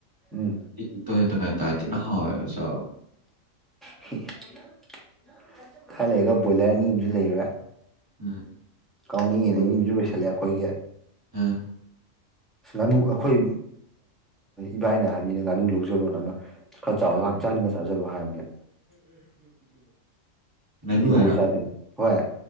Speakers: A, in the centre; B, on the right.
A: ꯎꯝ
B: ꯍꯦ ꯀꯥꯏ ꯇꯅ ꯍ ꯆ
A: <inaudible> ꯈꯔ ꯂꯩꯔꯒ ꯕꯣꯏꯂꯔ ꯑꯅꯤ ꯑꯃꯁꯨ ꯂꯩꯔꯥ
B: ꯎꯝ
A: ꯀꯥꯎꯅꯤꯡꯉꯦꯅ
B: ꯍꯣꯏ
A: ꯏꯁꯨ ꯂꯣꯏꯁꯤꯜꯂꯦ ꯑꯩꯈꯣꯏꯒꯤ ꯑ
B: ꯑꯥ
A: ꯉꯥꯅꯨ ꯑꯩꯈꯣꯏ ꯏꯕꯥꯏꯅ ꯍꯥꯏꯅꯤꯅ ꯉꯥꯅꯨ ꯂꯧꯖꯔꯣꯟ ꯑꯃ ꯈꯔ ꯆꯥꯎ ꯌꯥꯝ ꯆꯥꯅꯤꯡꯉ ꯆꯥꯖꯔꯨ ꯍꯥꯏꯕꯅꯦ
B: ꯂꯥꯏꯅꯨ
A: ꯏ ꯑꯩꯈꯣꯏ
B: ꯍꯥꯏꯔꯣ
A: ꯆꯥꯗꯣꯏꯅꯦ ꯍꯣꯏ